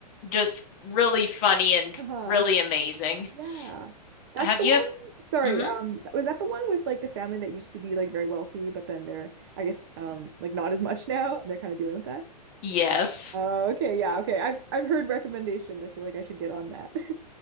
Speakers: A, on the left (about 30°); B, on the right (about 35°).
A: just really funny and
B: Uh-huh.
A: really amazing.
B: Yeah. That's
A: Have
B: the
A: you?
B: one. Sorry,
A: Mm-hmm.
B: um, was that the one with like the family that used to be like very wealthy, but then they're, I guess, um, like not as much <laughs> now, and they're kind of dealing with that?
A: Yes.
B: Oh, okay, yeah, okay. I've I've heard recommendations. I feel like I should get on that. <laughs>